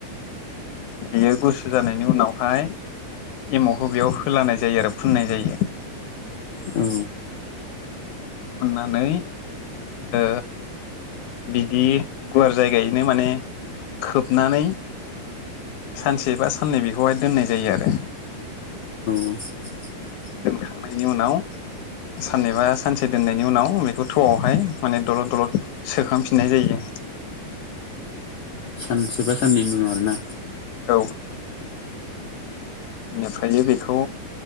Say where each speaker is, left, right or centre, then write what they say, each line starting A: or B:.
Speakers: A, on the left (about 65°); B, on the left (about 50°).
A: बियो गुसु जानायनि उनावहाय एमावखौ बेयाव होलानाय जायो आरो फुननाय जायो।
B: औ
A: उननानै ओ बिदि गुवार जायगायैनो माने खोबनानै सानसे बा साननै बेखौहाय दोननाय जायो आरो
B: <inaudible>
A: दोनखांनायनि उनाव साननैबा सानसे दोननायनि उनाव बेखौ थौआवहाय माने दलद दलद सोखांफिननाय जायो।
B: सानसे बा साननैनि उन आरोना
A: औ बेनिफ्रायो बेखौ